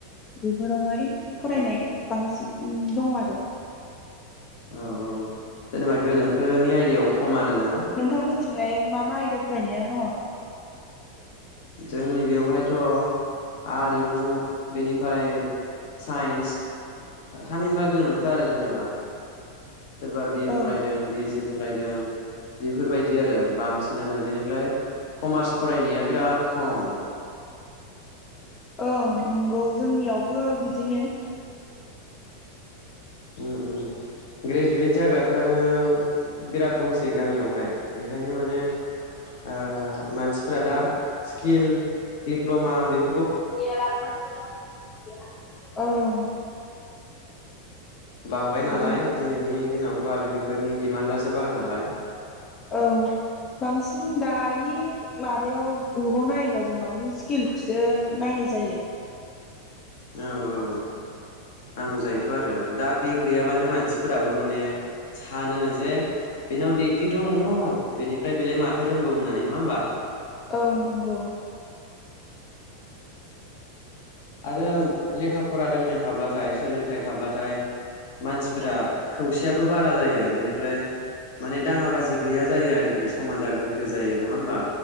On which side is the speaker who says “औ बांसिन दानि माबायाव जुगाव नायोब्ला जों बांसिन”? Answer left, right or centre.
Left